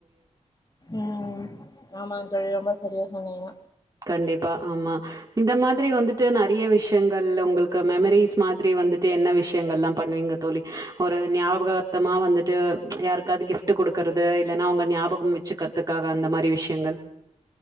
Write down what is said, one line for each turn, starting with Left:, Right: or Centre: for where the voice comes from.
Left: உ ஆமாங் தோழி ஆமா சரியா சொன்னீங்க
Right: கண்டிப்பா ஆமா இந்த மாதிரி வந்துட்டு நெறையா விஷயங்கள் உங்களுக்கு மெமரிஸ் மாதி த்ரி வந்துட்டு என்ன விஷயங்கள்லா பண்ணுவீங்க தோழி ஒரு ஞாபகார்தமா வந்துட்டு யாருக்காவது கிஃப்ட் ட்டு குடுக்குறது இல்லன்னா அவங்க ஞாபகோ பூ வெச்சு கத்துக்காக அந்த மாரி விஷ்யங்கள்